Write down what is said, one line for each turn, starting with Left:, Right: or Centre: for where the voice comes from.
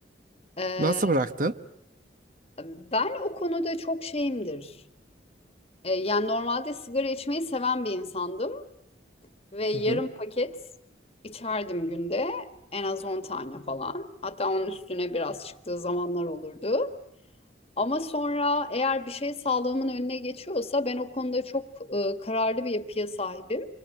Left: Ee,
Right: Nasıl bıraktın?
Left: ben o konuda çok şeyimdir. E, yani normalde sigara içmeyi seven bir insandım ve yarım
Right: Hı hı.
Left: paket içerdim günde. En az 10 tane falan. Hatta onun üstüne biraz çıktığı zamanlar olurdu. Ama sonra eğer bir şey sağlığımın önüne geçiyorsa ben o konuda çok e, kararlı bir yapıya sahibim.